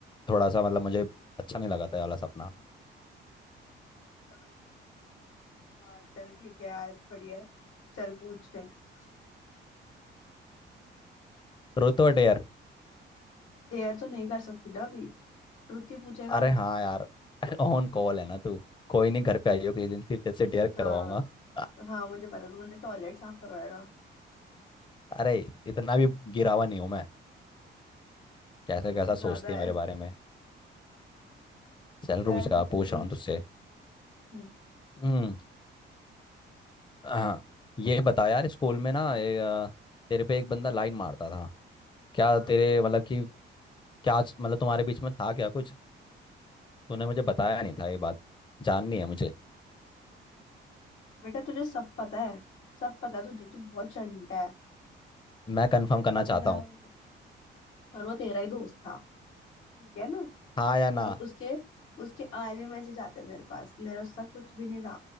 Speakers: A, on the left; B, on the left.
A: थोड़ा सा मतलब मुझे अच्छा नहीं लगा था ये वाला सपना
B: समझ गई वाह चल ठीक है यार बढ़िया है चल पूछ नेक्स्ट
A: ट्रूथ और डेयर
B: डेयर तो नहीं कर सकती ना अभी ट्रुथ ही पूछेगा
A: अरे हाँ यार <laughs> ऑन कॉल है ना तू कोई नहीं घर पे आइयो किसी दिन फिर तेरे से डेयर
B: हाँ
A: करवाऊंगा <laughs> अ-
B: हाँ मुझे पता तू मुझे टॉयलेट साफ करवाएगा
A: अरे इतना भी गिरावा नहीं हूं मैं कैसा
B: इससे
A: कैसा
B: ज्यादा
A: सोचती है
B: है
A: मेरे बारे में चल
B: चल
A: रुक जा
B: बता
A: पूछ
B: पूछ
A: रहा हूँ तुझसे
B: हम्म
A: हम्म हाँ ये बता यार स्कूल में ना ये, अ, तेरे पे एक बंदा लाइन मारता था क्या
B: हाँ
A: तेरे मतलब कि क्या आज- मतलब तुम्हारे बीच में था क्या कुछ तूने मुझे बताया नहीं था ये बात जाननी है मुझे
B: बेटा तुझे सब पता है सब पता है तुझे तू बहुत चंटा है
A: मैं कंफर्म
B: तेरे को
A: करना
B: पता
A: चाहता
B: था
A: हूँ
B: वो- और वो तेरा ही दोस्त था ठीक है ना
A: हाँ या ना
B: और उसके उसके आज भी मैसेज आते हैं मेरे पास मेरा उसका कुछ भी नहीं था